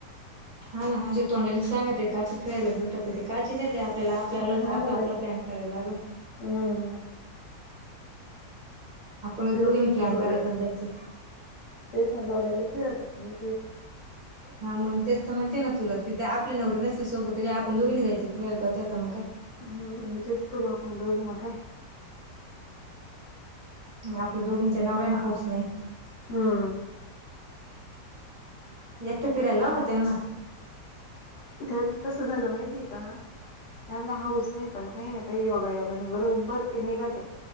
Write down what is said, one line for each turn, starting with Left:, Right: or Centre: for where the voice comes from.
Right: हा ना हाजे तोंडानीच सांगत एकाच खेळायला झुटत येते काची नाहीेते आपल्याला आपल्याला
Left: हा
Right: आपला
Left: ना
Right: आपला
Left: बाई.
Right: प्लॅन करायला लाग
Left: हम्म
Right: आपणच दोघींनी
Left: लोकांची
Right: प्लॅन
Left: जोड्या
Right: करायचां आणि जायचं
Left: तेच न जोड्या लय फिरत हे
Right: हा मग तेच तर म्हणते ना तुला तिथे आपली नवरे नसले सोबत त काय आपण दोघीनी जायचे फिरायला जाऊदे आता मंग काय
Left: हम्म तेच करू आपण दोघी मंग काय?
Right: म आपल्या दोघींच्या नवऱ्याना हाऊस नाही.
Left: हा
Right: एकट फिरयला लाव ना त्यांना
Left: त्यांचं कसं झालं माहितीय का त्यांना हाऊस नाय पण काही ना काही योगायोगाने बरोबर ते निघते.